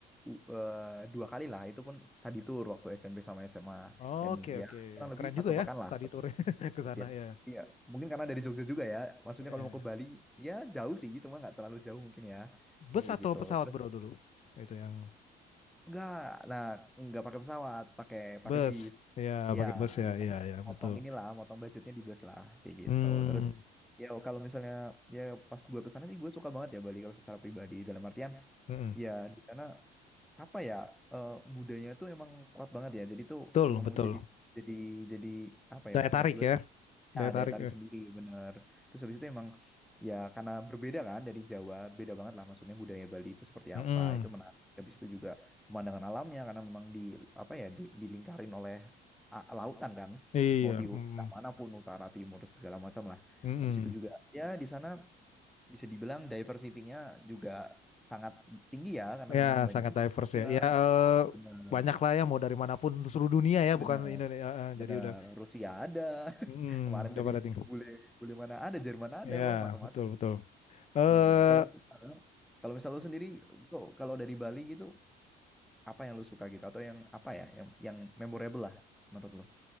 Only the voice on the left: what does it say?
Oke
oke
ya.
Keren
juga
ya
study
tour <laughs> ke
sana ya.
Ya.
Bus
atau
pesawat
bro dulu? Itu yang
Bus,
ya
pakai bus ya,
iya ya
betul.
Hmm,
mm-mm.
Betul
betul.
Daya tarik
ya,
daya
tarik.
ya.
Mm-mm.
Iya,
mm-mm.
Mm-mm.
Ya
sangat diverse
ya. Ya eh,
banyak lah ya mau dari manapun seluruh dunia ya, bukan
Indonesia. eh, eh.
jadi udah,
mm,
udah
pada tinggal.
Ya
betul betul. Eh